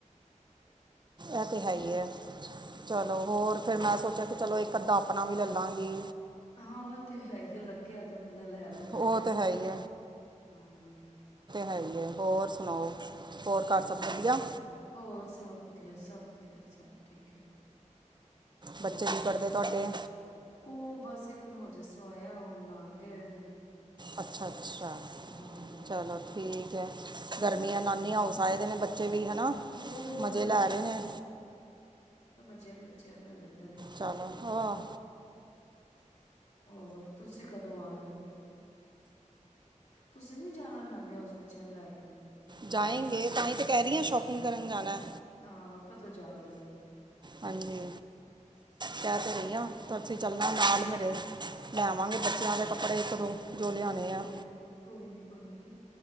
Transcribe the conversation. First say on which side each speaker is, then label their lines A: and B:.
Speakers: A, on the right (about 35°); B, on the left (about 60°).
A: ਐ ਤੇ ਹੈ ਈ ਆ। ਚਲੋ ਹੋਰ ਫਿਰ ਮੈਂ ਸੋਚਿਆ ਕਿ ਚਲੋ ਇੱਕ ਅੱਧਾ ਆਪਣਾ ਵੀ ਲਲਾਂਗੀ।
B: ਹਾਂ, ਤੇ ਹੈ ਈ ਲੱਗਿਆ ਤਾਂ ਬੰਦਾ ਲੈ ਲੈਂਦਾ।
A: ਉਹ ਤੇ ਹੈ ਹੀ
B: ਹਮ੍ਹ
A: ਹੈਗੀ ਐ ਹੋਰ ਸੁਣਾਓ? ਹੋਰ ਘਰ ਸਭ ਵਧੀਆ
B: ਹਮ੍ਹ ਹੋਰ? ਸਭ ਵਧੀਆ, ਸਭ ਵਧੀਆ, ਸਭ ਠੀਕ ਐ, ਹੋਰ
A: ਬੱਚੇ ਕੀ
B: ਤੁਸੀਂ
A: ਕਰਦੇ ਤੁਹਾਡੇ
B: ਸੁਣਾਓ, ਓ ਬਸ ਇੱਕ ਇੱਕ ਨੂੰ ਹਜੇ ਸਵਾਏਆ ਓ ਨਾਨ ਗਏ ਨੇ।
A: ਅੱਛਾ-ਅੱਛਾ,
B: ਹਾਂ
A: ਚਲੋ ਠੀਕ ਐ,
B: ਹੋਰ
A: ਗਰਮੀਆਂ ਨਾਨੀ ਹਾਊਸ ਆਏ ਦੇ ਨੇ ਬੱਚੇ ਨੇ ਵੀ ਹਨਾ
B: ਹੋਰ
A: ਮਜੇ ਲੈ ਰੇ ਨੇ।
B: ਜੇ ਬੱਚਿਆਂ ਤੇ ਹੋ ਜਾਂਦੇ ਨੇ।
A: ਚਲੋ ਹਾਂ
B: ਹੋਰ, ਤੁਸੀਂ ਕਦੋਂ ਆ ਰੇ ਓ? ਤੁਸੀਂ ਨੀ ਜਾਣਾ ਨਾਨੀ ਹਾਊਸ ਬੱਚ ਲੈਗੇ
A: ਜਾਏ ਗੇ ਤਾਂਹੀ ਤੇ ਕਹਿ ਰਹੀ ਹ ਸ਼ੋਪਿੰਗ ਕਰਨ ਜਾਣਾ।
B: ਹਾਂ ਕਦੋਂ ਜਾ ਰਹੇ ਹੋ
A: ਹਾਂਜੀ ਕਹਿ ਤੇ ਰਹੀ ਆ ਤਸੀਂ ਚੱਲਣਾ ਨਾਲ ਮੇਰੇ। ਲੈ ਆਵਾਂਗੇ
B: ਹਾਂ-ਹਾਂ
A: ਬੱਚਿਆਂ ਦੇ ਕੱਪੜੇ ਇੱਕ ਦੋ ਜੋ
B: ਕੋਈ-ਕੋਈ,
A: ਲਿਆਉਣੇ ਆ
B: ਕੋਈ ਨੀ ਕੋਈ ਨੀ